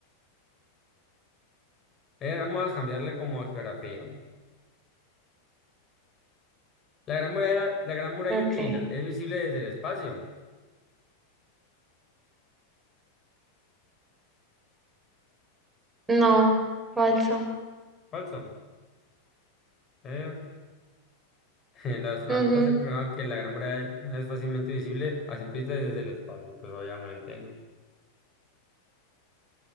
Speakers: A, on the left (about 25°); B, on the right (about 15°).
A: Eh, vamos a cambiarle como a geografía. La gran muralla, la gran muralla
B: okay
A: china es visible desde el espacio.
B: No, falso.
A: Falso. eh, <laughs> El astronauta
B: Ujú.
A: se confirmaba que la Gran Muralla es fácilmente visible a simple vista desde el espacio, pues obviamente, ¿no?